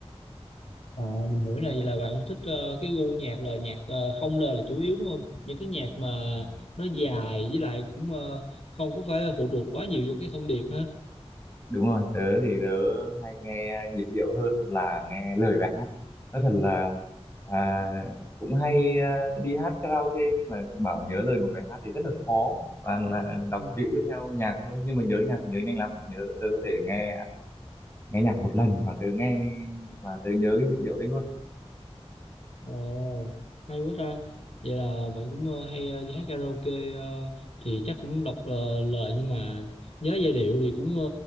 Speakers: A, on the left; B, on the left.
A: Ờ, mình hiểu này vậy là bạn thích ờ, cái gu nhạc là nhạc ờ, không lời là chủ yếu đúng không? Những cái nhạc mà
B: Ừ.
A: nó dài với lại cũng ờ, không có phải phụ thuộc quá nhiều vô cái thông điệp ha.
B: đúng rồi tớ thì tớ hay nghe nhịp điệu hơn là nghe lời bài hát nói thật là à, cũng hay à, đi hát karaoke nhưng mà bảo nhớ lời một bài hát thì rất là khó toàn là
A: Ừ.
B: đọc chữ theo nhạc thôi nhưng mà nhớ nhạc thì nhớ nhanh lắm nhớ tớ có thể nghe nghe nhạc một lần và tớ nghe và tớ nhớ cái nhịp điệu đấy luôn
A: Ồ, hay quá ta. Vậy là bạn cũng ờ, hay ờ, đi hát karaoke ờ, thì chắc cũng đọc ờ, lời nhưng mà nhớ giai điệu thì cũng ờ,